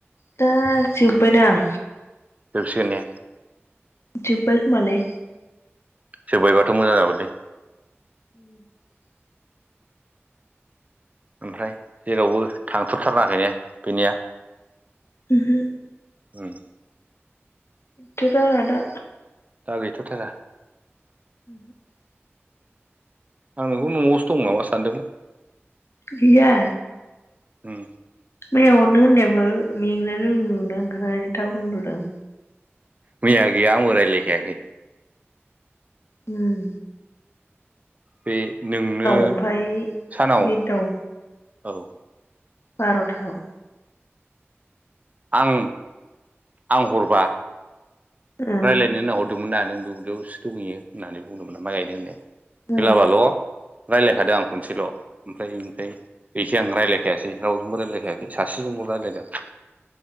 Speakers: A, on the left (about 70°); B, on the right (about 35°).
A: दा जोबबाय दां
B: सोर ने
A: जोबबाय खोमालै
B: जोबबायबाथ' मोजां जाबायलै
A: <inaudible>
B: ओमफ्राय जेरावबो थांथ'थारनाङाखै ने बिनिया?
A: उमहो
B: औ
A: गैथ' थारा दा
B: दा गैथ' थारा?
A: <inaudible>
B: आं नोंखौ न'आवसो दं नामा सानदोंमोन।
A: गैया
B: ओम
A: मैया हरनो होननायाबो मेंनानै उन्दुनो ओंखारनानै उन्दुदों आं
B: मैया गैया आंबो रायलायखायाखै
A: ओम
B: बे नोंनो
A: ओमफाय
B: सानाव
A: बेदाव
B: औ
A: बार'थायाव
B: आं आं हरबा
A: ओ
B: रायज्लायनो होनना हरदोंमोन दा नों दुब्लियावसो दंहैयो होननानै बुंदोंमोना माइ गायदों होननाया
A: ओ
B: बेलाबाल' रायलायखादों आं खनसेल' ओमफ्राय इनिफ्राय गैखाया आं रायलायखायासै रावजोंबो रायजलायखायासै सासेजोंबो रायज्लायदों आं